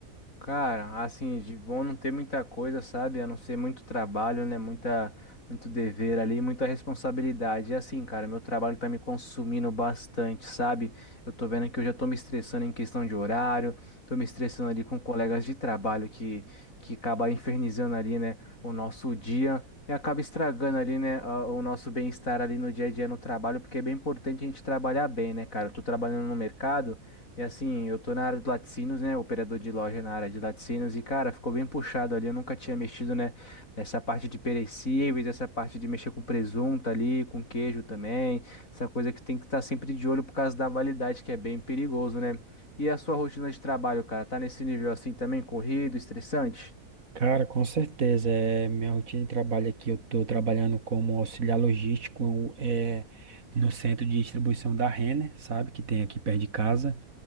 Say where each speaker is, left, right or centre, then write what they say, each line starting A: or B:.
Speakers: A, on the left; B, on the right.
A: Cara, assim, de bom não ter muita coisa, sabe? A não ser muito trabalho, né? Muita, muito dever ali, muita responsabilidade. E assim, cara, meu trabalho tá me consumindo bastante, sabe? Eu tô vendo que eu já tô me estressando em questão de horário, tô me estressando ali com colegas de trabalho que, que acaba infernizando ali, né, o nosso dia. E acaba estragando ali, né, a- o nosso bem-estar ali no dia a dia no trabalho, porque é bem importante a gente trabalhar bem, né, cara? Eu tô trabalhando no mercado. E assim, eu tô na área de laticínios, né? Operador de loja na área de laticínios. E, cara, ficou bem puxado ali. Eu nunca tinha mexido, né? Nessa parte de perecíveis, essa parte de mexer com presunto ali, com queijo também. Essa coisa que tem que estar sempre de olho por causa da validade, que é bem perigoso, né? E a sua rotina de trabalho, cara? Tá nesse nível assim também? Corrido, estressante?
B: Cara, com certeza. É, minha rotina de trabalho aqui, eu estou trabalhando como auxiliar logístico é, no centro de distribuição da Renner, sabe? Que tem aqui perto de casa.